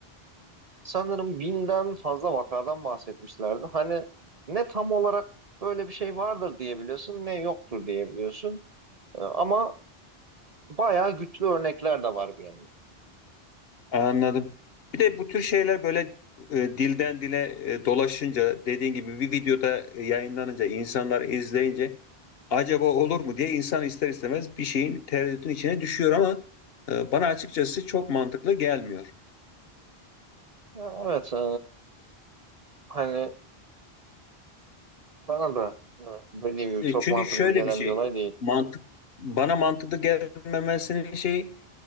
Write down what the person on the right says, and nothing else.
sanırım binden fazla vakadan bahsetmişlerdi. Hani ne tam olarak böyle bir şey vardır diyebiliyorsun ne yoktur diyebiliyorsun. E, ama bayağı güçlü örnekler de var bir yandan.
Ya, Evet, e, hani bana da e, dediğim gibi
çok
mantıklı
gelen
bir olay değil.